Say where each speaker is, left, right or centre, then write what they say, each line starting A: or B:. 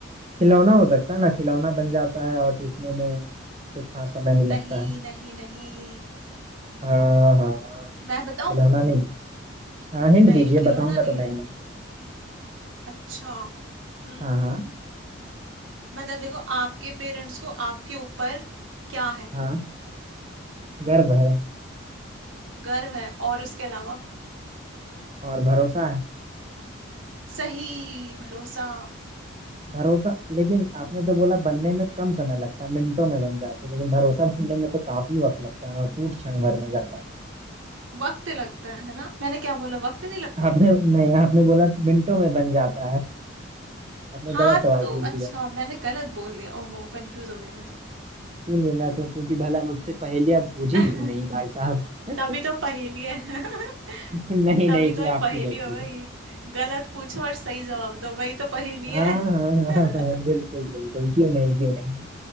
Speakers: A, on the right; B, on the right.
A: खिलौना हो सकता है ना खिलौना बन जाता है और टूटने में कुछ खास समय नहीं लगता
B: नहीं
A: है
B: नहीं नहीं
A: आ, हाँ
B: मैं बताऊं
A: खिलौना नहीं हाँ हिंट
B: नहीं
A: दीजिए
B: खिलौना
A: बताऊंगा
B: नहीं
A: तो मैं
B: है
A: ही
B: अच्छा उम्म,
A: हाँ हाँ
B: मतलब देखो आपके पेरेंट्स को आपके ऊपर क्या है
A: हाँ गर्व है
B: गर्व है और उसके अलावा
A: और भरोसा है
B: सही भरोसा
A: भरोसा लेकिन आपने तो बोला बनने में कम समय लगता है मिनटों में बन जाती है लेकिन भरोसा बनने में तो काफी वक्त लगता है और टूट क्षण भर में जाता है
B: वक्त लगता है ना मैंने क्या बोला वक्त नहीं लगता
A: आपने नहीं आपने बोला मिनटों में बन जाता है आपने
B: हाँ
A: गलत सवाल
B: तो
A: पूछ
B: अच्छा
A: दिया
B: मैंने गलत बोल दिया ओहो कंफ्यूज हो गई मैं तो
A: इसीलिए मैं सोचूं कि भला मुझसे पहले आप बुझी
B: <laughs>
A: क्यों नहीं भाई साहब <laughs>
B: तभी तो पहेली है <laughs>
A: नहीं
B: तभी
A: नहीं इसमें
B: तो ये
A: आपकी
B: पहेली
A: गलती
B: हो गई
A: है
B: गलत पूछो और सही जवाब दो वही तो पहेली
A: हाँ
B: है
A: हाँ हाँ
B: <laughs>
A: हाँ हाँ, बिल्कुल बिल्कुल क्यों नहीं क्यों नहीं